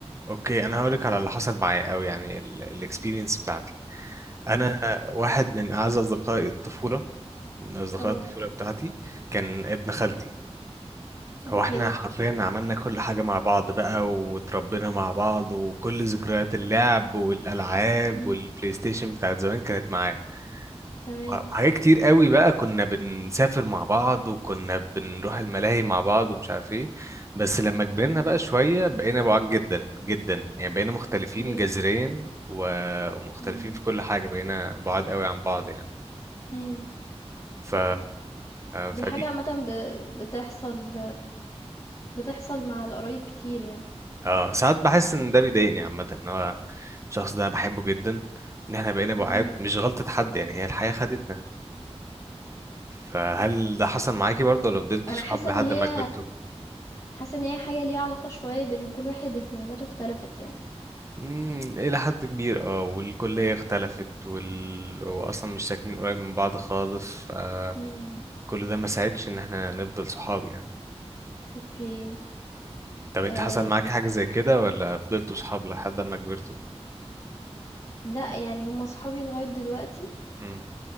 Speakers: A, on the right; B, on the left.
A: اوكي انا هقول لك على اللي حصل معايا او يعني الاكسبيرينس بتاعتي انا
B: امم
A: واحد من اعز اصدقائي الطفولة من اصدقاء
B: اه
A: الطفولة بتاعتي كان ابن خالتي
B: اوكي
A: هو احنا حرفيا عملنا كل حاجة مع بعض بقى وتربينا مع بعض وكل ذكريات اللعب والألعاب
B: امم
A: والبلاي ستيشن بتاعت زمان كانت معاه
B: تمام
A: وه- وحاجات كتير قوي بقى كنا بنسافر مع بعض وكنا بنروح الملاهي مع بعض ومش عارف ايه بس لما كبرنا
B: امم
A: بقى شوية بقينا بعاد جدا جدا يعني بقينا مختلفين
B: اوكي
A: جذريا و- ومختلفين
B: امم
A: في كل حاجة بقينا بعاد قوي عن بعض يعني
B: امم
A: ف...
B: دي
A: فدي
B: حاجة عامة ب- بتحصل بتحصل مع القرايب كتير يعني
A: اه ساعات بحس ان ده بيضايقني عامة ان هو الشخص ده بحبه جدا ان احنا بقينا بعاد
B: امم
A: مش غلطة حد يعني هي الحياة خدتنا فهل ده حصل معاكي برضه ولا فضلتوا
B: انا
A: صحاب
B: حاسة
A: لحد
B: ان هي
A: ما كبرتوا؟
B: حاسة ان هي حاجة ليها علاقة شوية بان كل واحد اهتماماته اختلفت يعني
A: امم الى حد كبير اه والكلية اختلفت وال... واصلا مش ساكنين قريب من بعض خالص فكل
B: امم
A: ده ما ساعدش ان احنا نفضل صحاب يعني
B: اوكي
A: طب انت
B: آآ
A: حصل معاك حاجة زي كده ولا فضلتوا صحاب لحد ما كبرتوا؟
B: لأ، يعني هم صحابي لغاية دلوقتي،
A: امم